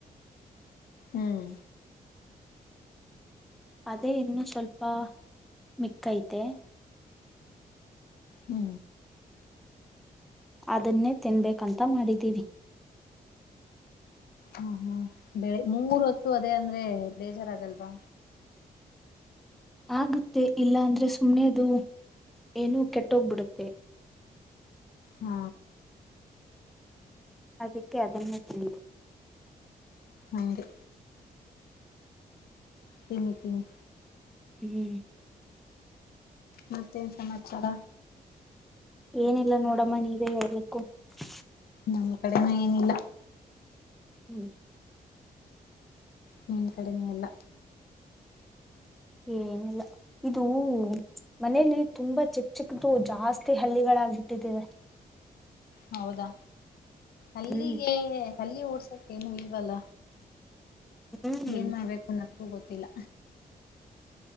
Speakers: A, on the left; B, in the centre.
A: ಹ್ಮ್
B: ಅದೇ ಇನ್ನು ಸ್ವಲ್ಪ ಮಿಕ್ಕೈತೆ
A: ಹ್ಮ್
B: ಅದನ್ನೇ ತಿನ್ಬೇಕಂತ ಮಾಡಿದ್ದೀವಿ
A: ಹಾ ಹ್ಮ ಬೆಳೆ ಮೂರ ಹೊತ್ತು ಅದೇ ಅಂದ್ರೆ ಬೇಜಾರಾಗಲ್ವಾ
B: ಆಗುತ್ತೆ ಇಲ್ಲ ಅಂದ್ರೆ ಸುಮ್ನೆದು ಏನೂ ಕೆಟ್ಟೋಗ್ಬಿಡುತ್ತೆ
A: ಹ್ಮ
B: ಅದಕ್ಕೆ ಅದನ್ನೇ ತಿ
A: ಹಗೆ ತಿನಿ ತಿನಿ
B: ಹ್ಮ್
A: ಮತ್ತೇನ್ ಸಮಾಚಾರ
B: ಏನಿಲ್ಲ ನೋಡಮ್ಮ ನೀವೇ ಹೇಳ್ಬೇಕು ಹಕ್ಕು
A: ನಮ್ಮ ಕಡೆನ ಏನಿಲ್ಲ
B: ಹ್ಮ್
A: ಹ್ಮನ್ ಕಡಿಮಲ್ಲ
B: ಏನಲ್ಲ ಇದು ಮನಲಿ ತುಂಬಾ ಚಿಕ್ಕ ಚಿಕ್ಕದುು ಜಾಸ್ತಿ ಹಳ್ಳಿಗಳಾಗಿ ಇಟ್ಟಿದ್ದೆ
A: ಹೌದಾ ಅಲ್ಲಿಗೆ
B: ಹ್ಮ್
A: ಹಲ್ಲಿ ಓಡ್ಸ ಕನು ಹಲ್ ಬಲ್ಲ
B: ಹ್ಮ್
A: ಏನ್ ಮಾಡ್ಬೇಕು ನ ಗೊತ್ತಿಲ್ಲ